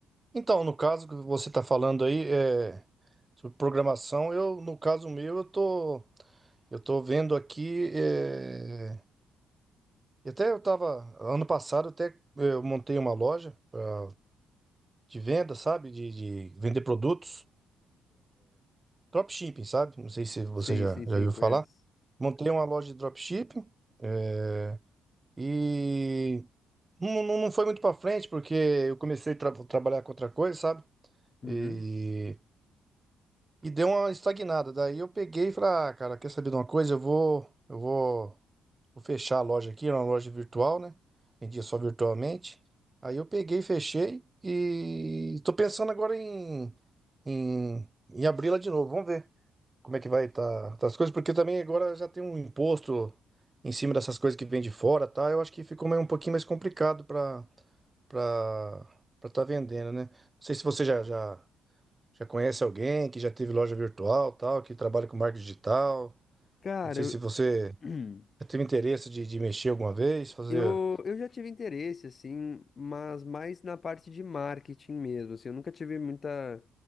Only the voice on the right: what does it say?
Então, no caso que você está falando aí, é, sobre programação, eu, no caso meu, eu tô, eu tô vendo aqui, é, e até eu tava, ano passado até eu montei uma loja pra- de venda, sabe? De, de vender produtos. Dropshipping, sabe? Não sei se você
já,
já viu
falar. Montei uma loja de dropshipping eh, e não, não, não foi muito pra frente porque eu comecei a tra- trabalhar com outra coisa, sabe?
E, e deu uma estagnada. Daí eu peguei e falei, ah, cara, quer saber de uma coisa? Eu vou, eu vou, vou fechar a loja aqui, era uma loja virtual, né? Vendia só virtualmente. Aí eu peguei, fechei e tô pensando agora em, em, em abri-la de novo. Vamos ver como é que vai estar as coisas, porque também agora já tem um imposto em cima dessas coisas que vem de fora, tá? Eu acho que ficou meio um pouquinho mais complicado para para para estar vendendo, né? Não sei se você já, já já conhece alguém que já teve loja virtual, tal, que trabalha com marketing digital.
Não sei
se você
já teve interesse de, de mexer alguma vez, fazer,